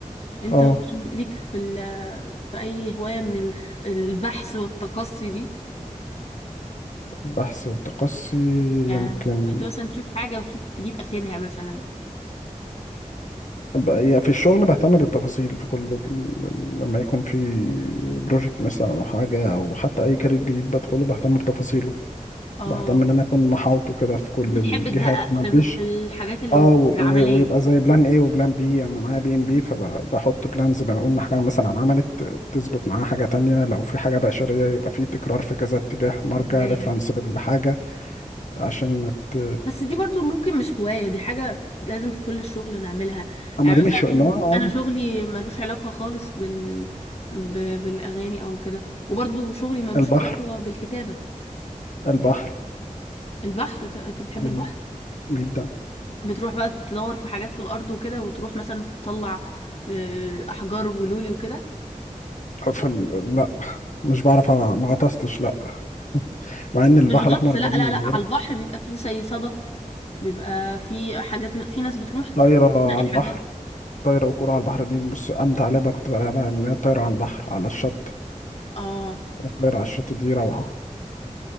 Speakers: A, on the left; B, on the left.
A: انت
B: اه
A: مثلا ليك في ال في اي هواية من ال- البحث والتقصي دي
B: البحث والتقصي
A: يعني
B: يمكن
A: رحت مثلا تشوف حاجة وتشوف تجيب اخرها مثلا
B: أبقى يعني في الشغل بهتم بالتفاصيل في كل لما يكون في بروجكت مثلا او حاجة او حتى اي كارير جديد بدخله بهتم بتفاصيله
A: اه
B: بهتم ان انا اكون محاوطه كده في كل
A: بتحب
B: الجهات
A: تدقق
B: ما
A: في
B: اديش
A: في الحاجات
B: اه و-
A: العملية
B: و- ويبقى زي بلان ايه وبلان بي انا معايا بي ام بي فبحط بلانز لو قلنا حاجه مثلا عملت تثبت معاها حاجه تانية لو في حاجه بشريه يبقى في تكرار في كذا اتجاه مرجع
A: فهماك.
B: ريفرنس للحاجه عشان ما ت
A: بس دي برضو ممكن مش هواية دي حاجة لازم في كل الشغل نعملها
B: اما
A: يعني
B: دي
A: مثلا
B: مش اه آه،
A: أنا شغلي ملوش علاقة خالص بال... ب... بالأغاني أو كده وبرضو شغلي ملوش
B: البحر
A: علاقة بالكتابة
B: البحر
A: البحر ت- أنت بتحب
B: مم.
A: البحر
B: جدا
A: بتروح بقى تدور في حاجات في الأرض وكده وتروح مثلا تطلع آه، أحجار ولولي وكده
B: فال... لا مش بعرف أ- ما غطستش لا مع ان البحر
A: مش غطس
B: الاحمر
A: لا
B: جميل
A: لا لا
B: ورحت
A: على البحر بيبقى فيه زي صدف بيبقى فيه حاجات في ناس بتروح
B: طايره
A: تلاقي
B: على
A: حاجات
B: البحر طايره وكوره على البحر دي بص امتع لعبه كنت بلعبها يعني اللي هي الطايره على البحر على الشط
A: اه
B: الطاير على الشط دي روعة